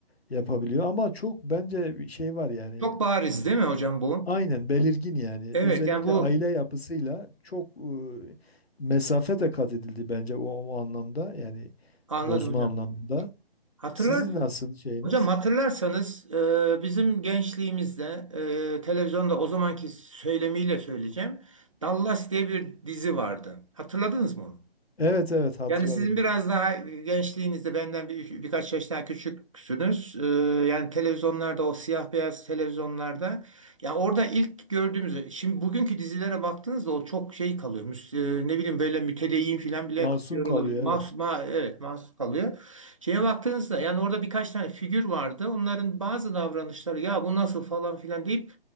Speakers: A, on the left; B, on the right.
A: yapabiliyor. Ama çok bence bir şey var yani.
B: Çok bariz değil mi hocam bu?
A: Aynen belirgin yani.
B: Evet,
A: Özellikle
B: yani bu
A: aile yapısıyla çok e, mesafe de kat edildi bence o, o anlamda. Yani
B: anladım
A: bozma
B: hocam.
A: anlamında.
B: Hatırlarsın.
A: Sizin nasıl şeyiniz?
B: Hocam hatırlarsanız e, bizim gençliğimizde e, televizyonda o zamanki söylemiyle söyleyeceğim. Dallas diye bir dizi vardı. Hatırladınız mı onu?
A: Evet evet hatırladım.
B: Yani sizin biraz daha gençliğinizde benden bir, birkaç yaş daha küçüksünüz. Ee, yani televizyonlarda o siyah beyaz televizyonlarda ya orada ilk gördüğümüz şimdi bugünkü dizilere baktığınızda o çok şey kalıyor. Müs- e, ne bileyim böyle mütedeyyin falan bile
A: Masum
B: kalıyor
A: kalıyor
B: olabilir. Mahsus,
A: evet.
B: ma, evet mahsus kalıyor. Şeye baktığınızda yani orada birkaç tane figür vardı. Onların bazı davranışları ya bu nasıl falan filan deyip